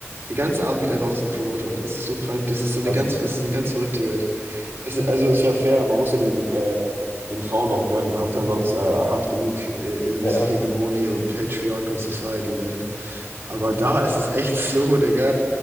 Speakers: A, on the right; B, on the left.
A: Der ganze Abend geht einfach auf diese Promoter. Es ist so krank, das ist so eine
B: das
A: ganz,
B: ist verrückt.
A: das ist eine ganz verrückte Welt. Es ist, also ist ja fair, man muss ja den, äh, den Frauen auch gönnen. Haben es ja sonst äh, hart genug äh, in this
B: Ja, ja.
A: hegemonial patriarchal society, man. Aber da ist es echt <laughs> so, Digga.